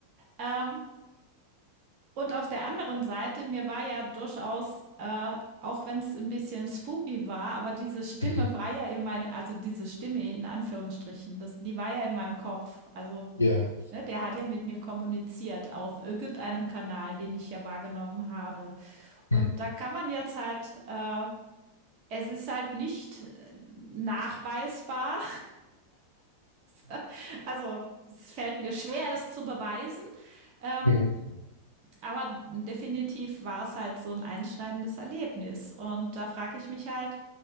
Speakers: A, on the right; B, on the left.
A: Ähm und auf der anderen Seite, mir war ja durchaus, äh, auch wenn es ein bisschen spooky war, aber diese Stimme
B: Mhm.
A: war ja in meine, also diese Stimme in Anführungsstrichen, das, die war ja in meinem Kopf. Also,
B: Ja.
A: ne, der hat ja mit mir kommuniziert auf irgendeinem Kanal, den ich ja wahrgenommen habe. Und
B: Mhm.
A: da kann man jetzt halt, äh, es ist halt nicht äh, nachweisbar. <laughs> also, es fällt mir schwer, es zu beweisen. Ähm,
B: Mhm.
A: Aber definitiv war es halt so ein einschneidendes Erlebnis. Und da frage ich mich halt,